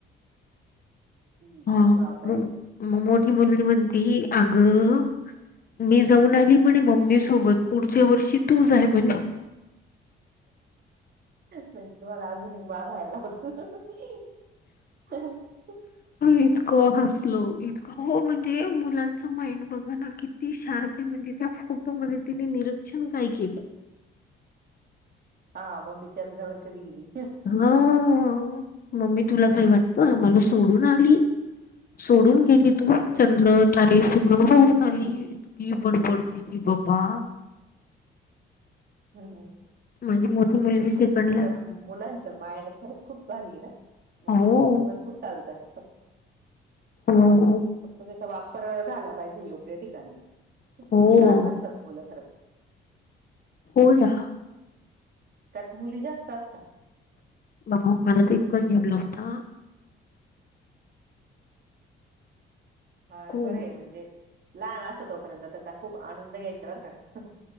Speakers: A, on the right; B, on the left.
A: हु
B: हा
A: बापरे
B: मग मग मोठी मुलगी म्हणते ही अगं मी जाऊन आधी म्हणे मम्मी सोबत पुढच्या वर्षी तू जा आहे म्हणे
A: म्हणजे तुम्हाला अजूनून बागयलावरत होते हां ह
B: इतक हसलो इतक हो म्हणजे मुलांच माइंड बघा ना किती शार्प आहे, म्हणजे त्या फोटोमध्ये तिने नि रीक्षण काय केलं.
A: हा मम्मी चंद्रावर कधी गेली?
B: हं हं मम्मी तुला काही वाटतं मला सोडून आली. सोडून गेलीत. तू
A: हं,
B: चंद्र तारे सगळं बघून आली, इतकी बडबडती की बाबा
A: <unintelligible>
B: माझी मोठी मुलगी सेकंडला
A: मुलांच माईंड खरंच खूप भारी आहे ना, म्हणजे
B: हो
A: भरपूर चालतात फक्
B: हो हो.
A: फक्त त्याचा वापर झाला पाहिजे योग्य ठिकाणी, खूप
B: हो
A: शार्प असतात मुलं खरंच.
B: हो ना.
A: त्यात मुली जास्त असतात.
B: बघा मला तर <unintelligible> होता
A: हा
B: खूप
A: ना बरं आहे म्हणजे, लहान असतं तोपर्यंत त्याचा खूप आनंद घ्यायचा बर का.